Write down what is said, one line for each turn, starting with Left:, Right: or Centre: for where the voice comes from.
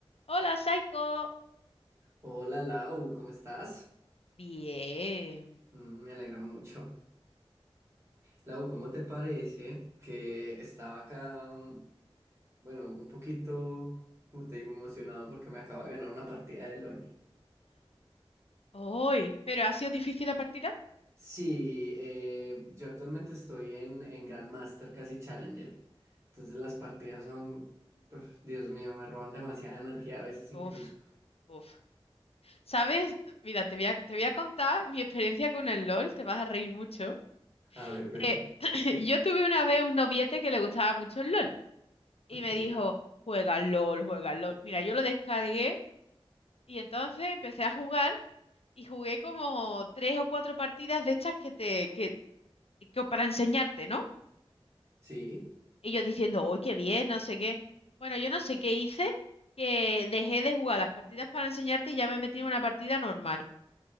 Left: Hola, Saiko.
Right: Hola Lau, ¿cómo estás?
Left: Bien.
Right: Mm, Me alegra mucho. Lau, ¿cómo te parece que estaba acá, mm, bueno, un poquito, como te digo, emocionado porque me acabo de ganar una partida de LOL?
Left: Hoy, pero ha sido difícil la partida.
Right: Sí, eh, yo actualmente estoy en, en Grandmaster, casi Challenger. Entonces las partidas son, uf, Dios mío, me roban demasiada energía a veces incluso.
Left: Uf, uf. ¿Sabes? Mira, te voy a, te voy a contar mi experiencia con el LOL. Te vas a reír mucho.
Right: A ver, cuéntame.
Left: Eh, <clears throat> yo tuve una vez un noviete que le gustaba mucho el LOL y
Right: Ok,
Left: me dijo, juega al LOL, juega al LOL. Mira, yo lo descargué y entonces empecé a jugar y jugué como tres o cuatro partidas de estas que te, que, que para enseñarte, ¿no?
Right: sí.
Left: Y yo diciendo, uy, qué bien, no sé qué. Bueno, yo no sé qué hice, que dejé de jugar las partidas para enseñarte y ya me metí en una partida normal.